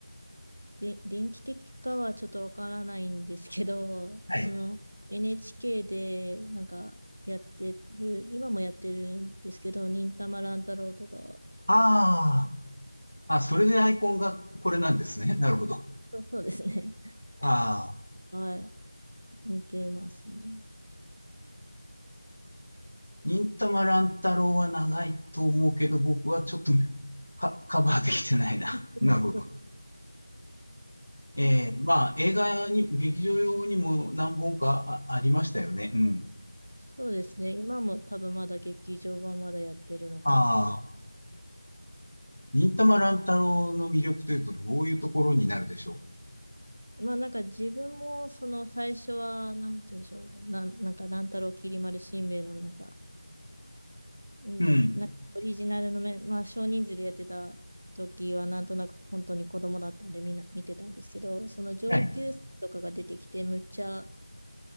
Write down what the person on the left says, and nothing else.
はい。
ああ、あ、それでアイコンがこれなんですね。なるほど。
ああ、
忍たま乱太郎は長いと思うけど、僕はちょっと <laughs> かカバーできてないな。なるほど。
ええまあ、
映画に、劇場用にも何本かあ、ありましたよね。うん。
ああ、忍たま乱太郎の魅力というと、どういうところになるでしょ
う。うん。
はい。